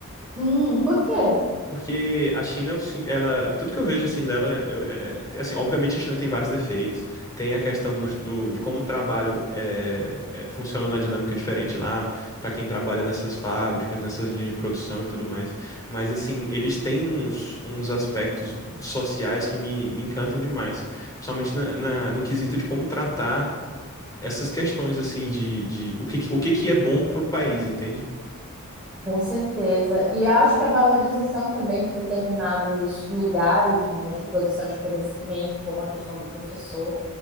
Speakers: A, in the centre; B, on the left (about 15°).
A: Hum, por quê?
B: Porque a China, eu sin- ela, tudo que eu vejo assim dela, eu- é- é- assim, obviamente a China tem vários defeitos. Tem a questão do, do- de como o trabalho é, é, funciona na dinâmica diferente lá, para quem trabalha nessas fábricas, nessas linhas de produção e tudo mais. Mas assim, eles têm uns, uns aspectos sociais que me, me encantam demais, principalmente na- na- no quesito de como tratar essas questões assim de, de o que, que- o que que é bom para o país, entende?
A: Com certeza. E acho que a valorização também de determinados lugares, né, de produção de conhecimento, como a questão do professor,